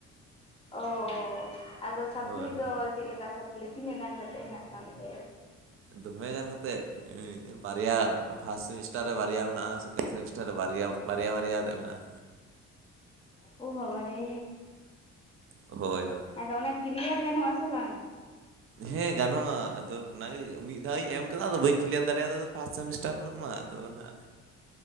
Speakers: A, on the left; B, on the right.
A: ᱚ ᱟᱫᱚ ᱥᱟᱯᱞᱤ
B: ᱦᱳᱭ ᱦᱳᱭ
A: ᱫᱚ ᱪᱮᱫ ᱞᱮᱠᱟ ᱥᱟᱯᱞᱤ ᱛᱤᱱᱟᱹᱜ ᱜᱟᱱ ᱠᱟᱛᱮᱫ ᱦᱮᱱᱟᱜ ᱛᱟᱢ ᱛᱮ?
B: ᱫᱚᱢᱮ ᱜᱟᱱ ᱠᱟᱛᱮᱫ᱾ ᱵᱟᱨᱭᱟ ᱯᱷᱟᱥᱴ ᱥᱮᱢᱤᱥᱴᱟᱨ ᱨᱮ ᱵᱟᱨᱭᱟ ᱢᱮᱱᱟᱜ-ᱟ ᱥᱮᱠᱮᱱᱰ ᱥᱮᱢᱤᱥᱴᱟᱨ ᱨᱮ ᱵᱟᱨᱭᱟ ᱵᱟᱨᱭᱟ ᱵᱟᱨᱭᱟ ᱠᱟᱛᱮ ᱢᱮᱱᱟᱜ-ᱟ᱾
A: ᱳ ᱵᱟᱵᱟ ᱨᱮ
B: ᱦᱳᱭ ᱦᱳᱭ
A: ᱟᱫᱚ ᱚᱱᱟ ᱠᱮᱞᱤᱭᱟᱨ ᱜᱟᱱᱚᱜ-ᱟ ᱥᱮ ᱵᱟᱝ?
B: ᱦᱮᱸ ᱜᱟᱱᱚᱜ-ᱟ ᱟᱫᱚ ᱚᱱᱟᱜᱮ ᱢᱤᱫ ᱫᱷᱟᱣ ᱤᱧ ᱮᱢ ᱠᱟᱫᱟ ᱟᱫᱚ ᱵᱟᱹᱧ ᱠᱮᱞᱤᱭᱟᱨ ᱫᱟᱲᱮᱭᱟᱫᱟ ᱯᱷᱟᱥᱴ ᱥᱮᱢᱤᱥᱴᱟᱨ᱾ ᱴᱟᱨ ᱨᱮᱱᱟᱜ ᱢᱟ ᱟᱫᱚ ᱚᱱᱟ